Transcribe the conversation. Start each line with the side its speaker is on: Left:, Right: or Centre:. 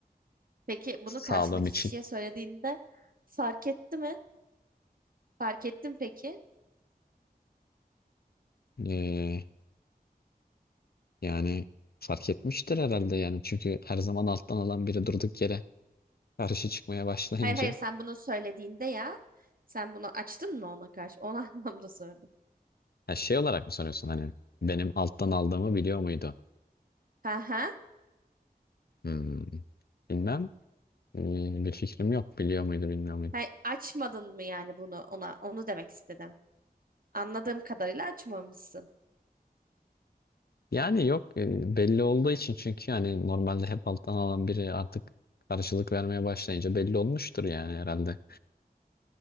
Right: Peki bunu
Left: Sağlığım
Right: karşındaki
Left: için.
Right: kişiye söylediğinde fark etti mi? Fark ettin peki?
Left: Ee, yani fark etmiştir herhalde yani. Çünkü her zaman alttan alan biri durduk yere karşı çıkmaya başlayınca.
Right: Hayır hayır sen bunu söylediğinde ya sen bunu açtın mı ona karşı? O <laughs> anlamda sordum.
Left: Ha, şey olarak mı soruyorsun hani benim alttan aldığımı biliyor muydu?
Right: Ha ha.
Left: Hmm, bilmem. Ee, bir fikrim yok. Biliyor muydu bilmiyor muydu?
Right: Hayır, açmadın mı yani bunu ona? Onu demek istedim. Anladığım kadarıyla açmamışsın.
Left: Yani yok e, belli olduğu için çünkü hani normalde hep alttan alan biri artık karşılık vermeye başlayınca belli olmuştur yani herhalde.